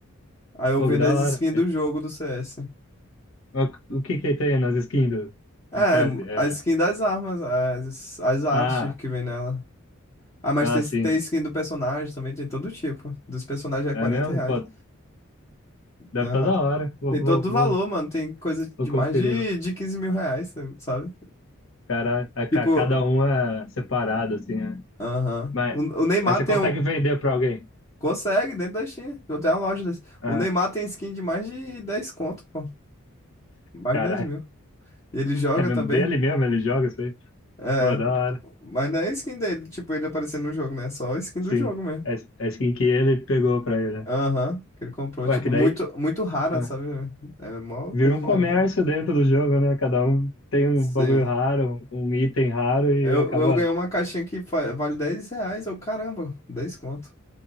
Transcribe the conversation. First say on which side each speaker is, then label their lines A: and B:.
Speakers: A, on the left; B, on the left.
A: Aí eu
B: Pô,
A: vendo
B: que da
A: as
B: hora.
A: skins
B: É,
A: do jogo do CS.
B: ó, O que que tem nas skins do,
A: É,
B: do Tetris? É,
A: a skin das armas, as, as artes
B: ah,
A: que vem nela. Ah, mas
B: ah,
A: tem,
B: sim.
A: tem skin do personagem também, tem todo tipo. Dos personagens é 40
B: É mesmo?
A: reais.
B: Pô, deve
A: Aham.
B: estar da hora. Vou,
A: Tem
B: vou,
A: todo
B: vou,
A: o valor, mano. Tem coisa
B: vou
A: de
B: conferir
A: mais de,
B: lá.
A: de 15 mil reais, sabe?
B: Caralho, é ca-
A: Tipo,
B: cada um é separado, assim, né?
A: aham.
B: Mas
A: O, o Neymar
B: aí você
A: tem
B: consegue
A: um.
B: vender pra alguém.
A: Consegue dentro da Steam. Eu tenho a loja desse.
B: Ah,
A: O Neymar tem skin de mais de 10 conto, pô. Mais
B: caralho.
A: de 10 mil.
B: <laughs>
A: E ele joga
B: É mesmo
A: também.
B: dele mesmo? Ele joga isso aí?
A: É.
B: Pô, da hora.
A: Mas não é skin dele, tipo, ele aparecendo no jogo, né? É Só a skin do
B: Sim.
A: jogo mesmo.
B: É, é skin que ele pegou pra ele, né?
A: Aham, que ele comprou.
B: Ué,
A: Tipo,
B: que
A: muito,
B: daí
A: muito rara,
B: ah,
A: sabe? É mó
B: vira
A: coisa
B: um
A: de
B: comércio
A: raridade.
B: dentro do jogo, né? Cada um tem um
A: Sim.
B: bagulho raro, um um item raro e
A: Eu,
B: acaba.
A: eu ganhei uma caixinha que fa- vale 10 reais. Eu, caramba, 10 conto.